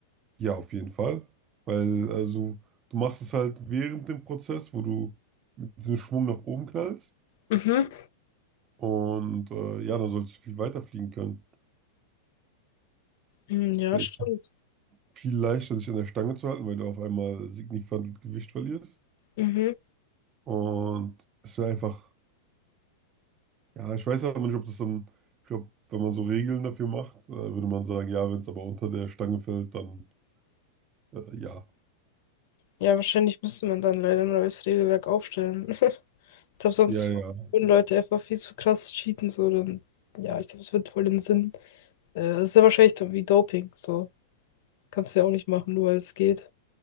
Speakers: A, on the right; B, on the left.
A: Ja, auf jeden Fall. Weil, also, du machst es halt während dem Prozess, wo du mit diesem Schwung nach oben knallst.
B: Mhm.
A: Und äh, ja, dann sollst du viel weiter fliegen können.
B: Hm, ja,
A: Weil
B: stimmt.
A: es ist viel leichter, sich an der Stange zu halten, weil du auf einmal signifikant Gewicht verlierst.
B: Mhm.
A: Und es wäre einfach, ja, ich weiß aber nicht, ob das dann, ich glaube, wenn man so Regeln dafür macht, äh, würde man sagen, ja, wenn es aber unter der Stange fällt, dann äh, ja.
B: Ja, wahrscheinlich müsste man dann leider ein neues Regelwerk aufstellen. <laughs> Ich glaube, sonst
A: Ja, ja.
B: würden Leute einfach viel zu krass cheaten, so dann. Ja, ich glaube, es wird voll den Sinn. Äh, Es ist ja wahrscheinlich dann wie Doping, so. Kannst du ja auch nicht machen, nur weil es geht.